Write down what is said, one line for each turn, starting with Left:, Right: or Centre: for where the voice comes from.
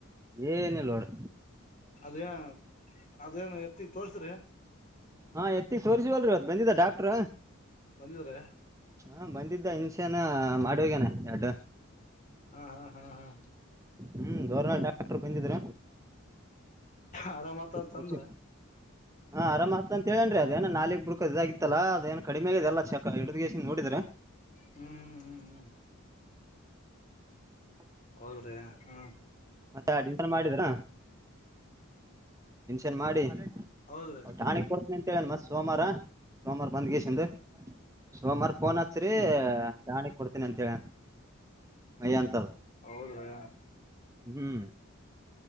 Right: ಏನ ಲೋಡ್
Left: ಅದೇ ಅದೇನು ಮತ್ತಗ್ ತೋರ್ಸ್ರಿ
Right: ಹಾ ಎತ್ತಿ ತೋರ್ರಿಸವಲ್ರಿ ಅದ್ ಬಂದಿದ್ದ ಡಾಕ್ಟ್ರ
Left: ಬಂದಿದ್ರೆ
Right: ಹಾ ಬಂದಿದ್ದ ಹನ್ಸಾನ ಮಾಡುವಗನ ಎಡು
Left: ಹ್ಮ್ ಹ್ಮ್ ಹ್ಮ್ ಹ್ಮ್
Right: ಹ್ಮ್ ಗೌರ್ನಾ ಡಾಕ್ಟರ್ ಬಂದಿದ್ರ
Left: ಆರಾಮತ ಅಂತಂದ್ರ
Right: ತೋರ್ಸಿ- ಹಾ ಆರಾಮ ಆತ್ತತ ಅಂತ ಹೇಳೇನ್ರಿ ಅದೇಏನ ನಾಲಿಕ್ ಬಿುಡ್ಕು ಇದಾಗಿತ್ತಲ್ಲ ಅದೇಏ ಕಡಿಮೆ ಆಿದೆ ಅಲ್ಲ ಚಕ ಹಡಿದಗೆಸ ನೋಡ್ರೆ
Left: ಹ್ಮ್ ಹ್ಮ್ ಹ್ಮ್ ಹ್ಮ್
Right: ಹ್ಮ
Left: ಹೌದ್ರಿ ಹ್ಮ
Right: ಮತ್ತೆ ಅನ್ ಮಾಡರಾ ಅನ್ ಮಾಡಿ
Left: ಹೌದ್ರಿ
Right: ಹೌ ಾಣ ಕೊಡ ಮತ್ ಸೋಮವಾರ ಸೋಮವಾರ ಬಂದ್ ಗೀಸಿಂದ ಸೋಮವಾರ ೋನ್ ಅಚ್ರಿ
Left: ಹೂನ್ ರೀ
Right: ಜಾಣ ಕೊಡ್ತೀನ ಅಂತ ಹೇಳ ಮಯ ಅಂತ
Left: ಹೌದ್ರಾ
Right: ಹ್ಮ್